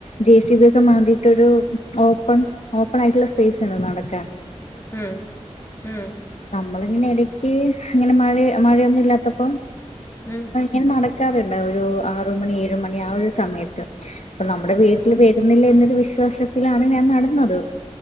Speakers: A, on the left; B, on the left.
A: ജെ സി ബിയൊക്കെ മാന്തിയിട്ടൊരു ഓപ്പൺ ഓപ്പണായിട്ടുള്ള സ്പേസ്ണ്ട്നടക്കാൻ
B: ഉം ഉം
A: നമ്മളിങ്ങനെഎടയ്ക്ക് ങ്ങ്നെമഴ മഴയൊന്നുംല്ലാത്തപ്പോ
B: ഉം
A: ഇങ്ങെനടക്കാറുണ്ട് ഒരു ആറ്മണി ഏഴുമണി ആ ഒരുസമയത്ത് അപ്പൊനമ്മുടെ
B: ഉം
A: വീട്ടില് ബെ ട്ടുന്നില്ലെഎന്നൊരു വിശ്വാസത്തിലാണ്ഞാൻനടന്നത്